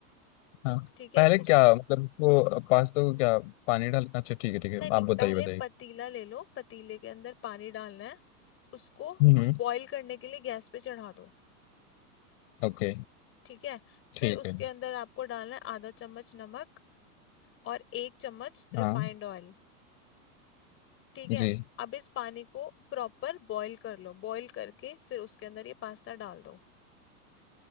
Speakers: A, on the left (about 50°); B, on the left (about 25°).
A: हाँ
B: ठीक है
A: पहले क्या
B: उस
A: मतलब वो पास्ता को क्या पानी डाल अच्छा ठीक है ठीक है
B: नहीं नहीं
A: आप बताइए
B: पहले
A: बताइए
B: पतीला ले लो पतीले के अंदर पानी डालना है उसको
A: हम्म
B: बॉईल करने के लिए गैस पे चढ़ा दो
A: ओके
B: ठीक है
A: ठीक
B: फिर उसके
A: है
B: अंदर आपको डालना है आधा चम्मच नमक और एक चम्मच रिफाइंड
A: हाँ
B: ऑयल ठीक है
A: जी
B: अब इस पानी को प्रॉपर बॉईल कर लो बॉईल करके फिर उसके अंदर ये पास्ता डाल दो